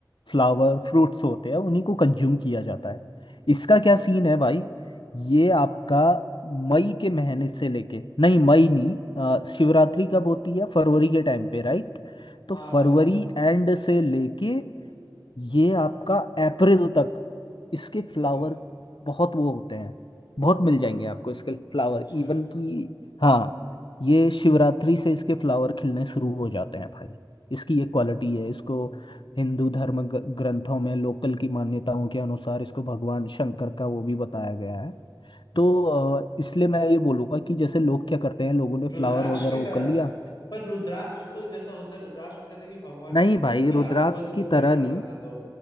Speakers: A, on the left; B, on the left.
A: फ्लावर फ्रूट्स होते हैं उन्हीं को कंज्यूम किया जाता है इसका क्या सीन है भाई ये आपका मई के महीने से लेके नहीं मई नहीं अ, शिवरात्रि कब होती है फरवरी के टाइम पे राइट तो
B: हाँ
A: फरवरी
B: हाँ हाँ
A: एंड से लेके ये आपका अप्रैल तक इसके फ्लावर
B: हाँ
A: बहुत वो होते हैं बहुत मिल जाएंगे आपको इसके फ्लावर
B: अच्छा
A: इवन कि हाँ ये शिवरात्रि से इसके फ्लावर खिलने शुरू हो जाते हैं भाई इसकी ये क्वालिटी है इसको हिंदू धर्म ग- ग्रंथों में लोकल की मान्यताओं के अनुसार इसको भगवान शंकर का वो भी बताया गया है तो अ, इसलिए मैं ये बोलूँगा कि जैसे लोग क्या करते हैं लोगों ने
B: रुद्राक्ष
A: फ्लावर वगैरह
B: की
A: वो
B: तरह
A: कर लिया
B: पर रुद्राक्ष तो जैसा होता है रुद्राक्ष में कहते हैं कि भगवान
A: नहीं
B: शंकर
A: भाई
B: की
A: रुद्राक्ष
B: आंसुओं से वो
A: की
B: पेड़
A: तरह
B: बना
A: नहीं
B: था तो